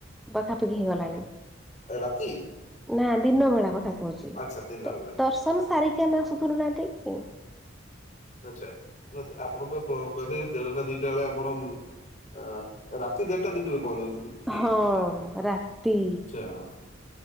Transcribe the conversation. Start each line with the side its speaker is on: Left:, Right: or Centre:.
Centre: ପାଖାପାଖି ହେଇଗଲାଣି।
Left: ଏ ରାତି।
Centre: ନା ଦିନ ଭେଳା କଥା କହୁଚି
Left: ଆଚ୍ଛା ଦିନ
Centre: ତ ଦ
Left: ବେଳା
Centre: ଦର୍ଶନ ସାରିକି ଆମେ ଆସୁଥିଲୁ ନା ଏଠିକି।
Left: ଆଚ୍ଛା ନା ସେ ଆପଣ ତ ବ କହେ ଦେଢଟା ଦିଟା ବେଳେ ଆପଣ ଅ ରାତି ଦେଢଟା ଦିଟାରେ ପହଞ୍ଚିବେ
Centre: ହଁ ରାତି।
Left: <inaudible>